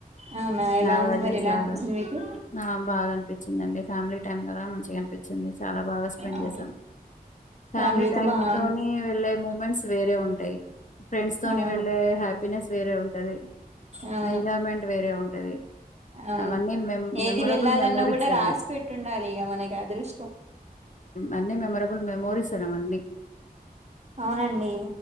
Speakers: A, on the right; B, on the left.
A: అవునా ఎలా
B: నాగార్జున
A: ఉంది మరి ఎలా
B: సాగర్
A: అనిపించింది మీకు
B: బాగా అనిపించిందండి ఫ్యామిలీ టైమ్ కదా మంచి, కనిపించింది చాలా బాగా స్పెండ్
A: అవును
B: చేసాం ఫ్యామిలీ
A: ఫ్యామిలీతో
B: టైమ్
A: బన్
B: తోని వెళ్ళే మూమెంట్స్ వేరే ఉంటాయి, ఫ్రెండ్స్ తోని
A: అవును
B: వెళ్ళే హ్యాపీనెస్ వేరే ఉంటది.
A: అవును
B: ఎంజాయ్మెంట్ వేరే ఉంటది.
A: అవును
B: అవన్నీ మెమ్
A: ఏది
B: మెమొరబుల్
A: వెళ్ళాలన్న
B: మెమోరీస్
A: కూడా రాసి
B: అవి.
A: పెట్టుండాలి, ఇగా మనకి అదృష్టం
B: అన్ని మెమరబుల్ మెమోరీస్ అనావ అన్నీ
A: అవునండి